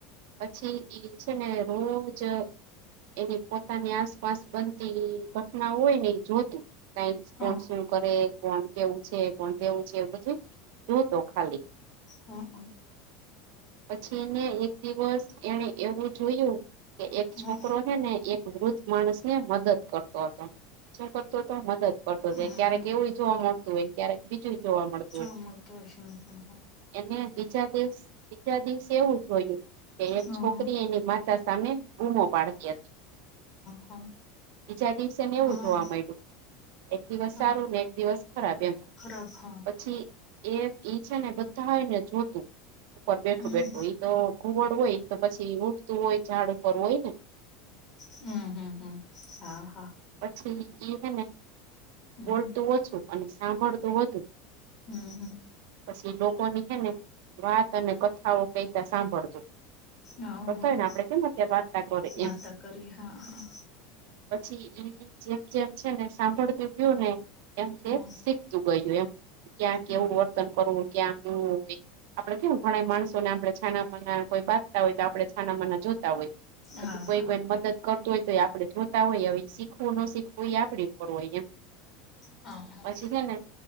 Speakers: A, on the right; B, on the left.
A: પછી એ છે ને રોજ એની પોતાની આસપાસ બનતી ઘટનાઓ હોય એ જોતું. કઈ કોણ
B: હા
A: શું કરે? કોણ કેવું છે? કોણ કેવું છે? એ બધું જોતો ખાલી
B: હમહ
A: પછી એને એક દિવસ એને એવું જોયું. કે એક
B: હમ
A: છોકરો હે ને એક માણસ ને મદદ કરતો તો, છ કરતો તો મદદ કરતો
B: હમ
A: જાય ક્યારેક
B: હમ
A: એવું જોવા મળતું હોય ક બીજુંય જોવા મળતું
B: જો
A: હોય.
B: મળતો હશે હા
A: એને બીજા દિવસ બીજા દિવસે એવું જોયું. કે એક
B: હા
A: છોકરી એની માતા સામે બૂમો પાડતી હતી.
B: હા
A: બીજા દિવસે ને એવું
B: હા
A: જોવા મળ્યું એક દિવસ
B: હા
A: સારું ને એક દિવસ ખરાબ એમ.
B: ખરાબ હા.
A: પછી એ એ છે ને બધા હોયને જોતું ઉપર બેઠું
B: હમ
A: બેઠું ઇ તો ઘુવડ હોય તો પછી ઊડતું હોય ઝાડ ઉપર હોય ને
B: હમ હમ હમ હ હા
A: પછી એહે ને
B: હમ
A: બોલતું ઓછું અને સાંભળ તુ વધુ.
B: હમ હમ
A: પછી લોકોની છે ને વાત અને કથાઓ કઈતા સાંભળતો.
B: હા
A: <unintelligible> આપડે
B: હા
A: કેમ ત્યારે વાર્તા કરે
B: વાર્તા
A: એમ
B: કરી હા હા
A: પછી એમને જેમ જેમ છેને સાંભળતો ગ્યો ને એમ
B: હા
A: એ સી <unintelligible> એમ ક્યાં કેવું
B: હા
A: વર્તન કરવું હોય ક્યાં હું કે હોય આપડે કેવું ભણાવું. માણસોને આપણે છાનામાંના કોઈ બાંજતા હોય તો આપણે છાનામાંના જોતા હોય.
B: હા હા
A: કોઈ
B: હા
A: કોઈને મદદ કરત તો આપડે જોતા હોય અવે શીખવું નો સ શીખવું એ આપડી ઉપર હાઈ એમ
B: હા હા
A: પછી છેને,